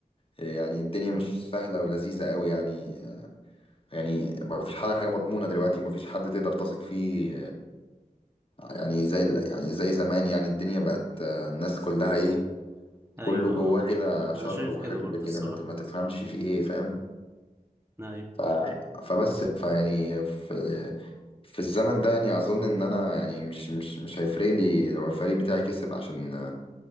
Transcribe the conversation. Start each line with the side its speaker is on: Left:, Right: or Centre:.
Left: يعني الدنيا مش سهلة ولذيذة قوي يعني يعني ما فيش حاجة حاجة مضمونة دلوقتي وما فيش حد تقدر تثق فيه يعني زي يعني زي زمان يعني الدنيا بقت آه، الناس كلها ايه
Right: ايوه
Left: كله جواه
Right: اه
Left: كده شر
Right: انا شايف
Left: وحقد
Right: كده برضو
Left: كده
Right: الصراحة
Left: ما ت- ما تفهمش فيه ايه فاهم
Right: ايوه
Left: ف... فبس فيعني في في الزمن ده يعني اظن ان انا يعني مش مش مش هيفرق لي لو الفريق بتاعي كسب عشان